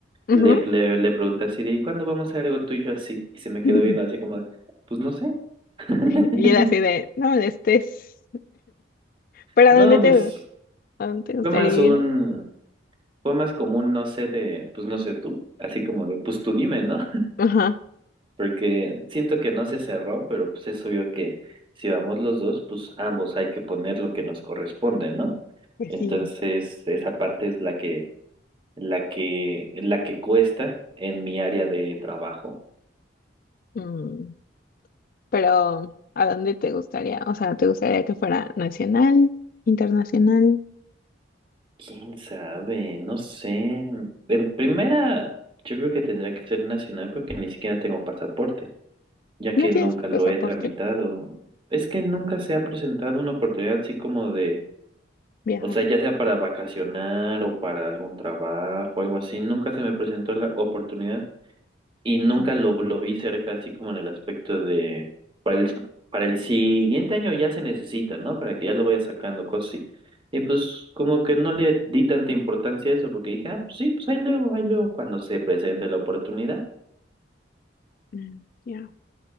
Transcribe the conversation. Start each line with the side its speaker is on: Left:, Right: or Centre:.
Left: Ujú.
Right: le, le, le pregunté así de, ¿y cuándo vamos a hacer algo tú y yo así? Y se me
Left: <laughs>
Right: quedó viendo así como de, pues no sé. <laughs>
Left: Y él así de, no molestes. ¿Pero
Right: No,
Left: a dónde te,
Right: pues
Left: a dónde te gustaría
Right: fue más un,
Left: ir?
Right: fue más común, no sé, de, pues no sé tú. Así como de, pues tú dime, ¿no?
Left: Ajá,
Right: porque siento que no se cerró, pero pues es obvio que si vamos los dos, pues ambos hay que poner lo que nos corresponde, ¿no?
Left: pues
Right: Entonces,
Left: sí.
Right: esa parte es la que, la que, la que cuesta en mi área de trabajo.
Left: Mm, Pero, ¿a dónde te gustaría? O sea, ¿te gustaría que fuera nacional, internacional?
Right: ¿Quién sabe? No sé. En primera, yo creo que tendría que ser nacional porque ni siquiera tengo pasaporte, ya que
Left: ¿No tienes
Right: nunca lo
Left: pasaporte?
Right: he tramitado. Es que nunca se ha presentado una oportunidad así como de
Left: Viajar.
Right: O sea, ya sea para vacacionar o para algún trabajo, algo así, nunca se me presentó la oportunidad y nunca
Left: Mm,
Right: lo, lo vi cerca, así como en el aspecto de, para el, para el siguiente año ya se necesita, ¿no? Para que ya lo vaya sacando, cosas así. Y pues como que no le di tanta importancia a eso porque dije, ah, pues sí, pues ahí luego, ahí luego, cuando se presente la oportunidad.
Left: mm, Ya.